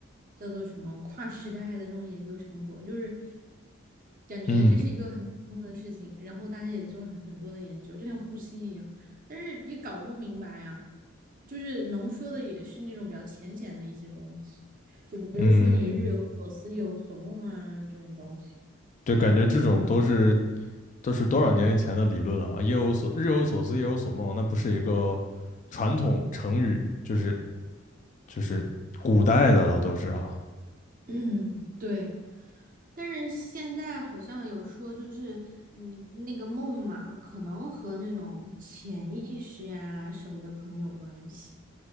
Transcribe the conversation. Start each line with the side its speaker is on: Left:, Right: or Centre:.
Right: 叫做什么跨时代的那种研究成果，就是感觉这是一个很普通的事情，
Left: 嗯
Right: 然后大家也做了很多的研究，就像呼吸一样，但是也搞不明白呀，就是能说的也是那种比较浅显的一些东西，就比如说你日有所思夜有所梦啊这种东西，
Left: 嗯，对，感觉这种都是都是多少年以前的理论了啊，夜有所日有所思，夜有所梦，那不是一个传统成语，就是就是古代的了，都是啊。
Right: <clears throat> 对。但是现在好像有说，就是嗯，那个梦嘛，可能和那种潜意识呀、什么的可能有关系。